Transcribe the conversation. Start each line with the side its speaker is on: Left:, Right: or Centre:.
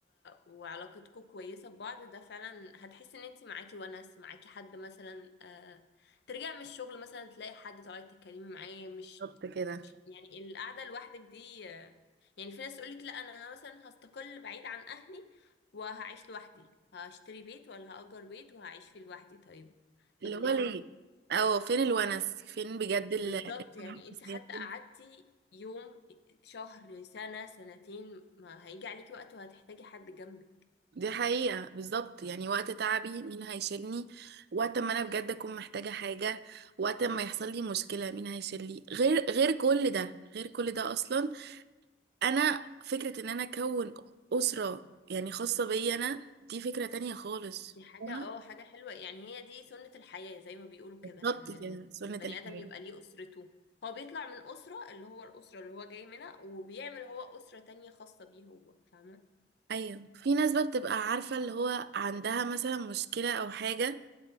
Left: وعلاقتكم كويسة ببعض ده فعلا هتحس ان انتي معاكي ونس معاكي حد مثلا آه ترجعي من الشغل مثلا تلاقي حد تقعدي تتكلمي معاه مش
Right: بالظبط كده
Left: مش- يعني القعدة لوحدك دي آه يعني في ناس تقولك لا انا مثلا هستقل بعيد عن اهلي وهعيش لوحدي هشتري بيت ولا هأجر بيت وهعيش فيه لوحدي طيب طب
Right: اللي هو
Left: ليه
Right: ليه اه فين الونس فين بجد ال-
Left: بالظبط
Right: الفرحة
Left: يعني
Right: النفسية؟
Left: انتي حتى
Right: فين؟
Left: قعدتي يوم شهر سنة سنتين ما هيجي عليكي وقت وهتحتاجي حد جنبك
Right: دي حقيقة بالظبط يعني وقت تعبي مين هيشيلني وقت ما انا بجد اكون محتاجة حاجة وقت ما يحصل لي مشكلة مين هيشيلني غير غير كل ده غير كل ده اصلا انا فكرة ان انا اكون اسرة يعني خاصة بيا انا دي فكرة تانية خالص
Left: دي حاجة
Right: فاهمة؟
Left: اه حاجة حلوة يعني هي دي سنة الحياة زي ما بيقولوا كده
Right: بالظبط
Left: ان ال-
Right: كده سنة
Left: البني
Right: الحياة
Left: آدم يبقى ليه أسرته هو بيطلع من أسرة اللي هو الأسرة اللي هو جاي منها وبيعمل هو أسرة تانية خاصة بيه هو فاهمة؟
Right: ايوه في ناس بقى بتبقى عارفة اللي هو عندها مثلا مشكلة او حاجة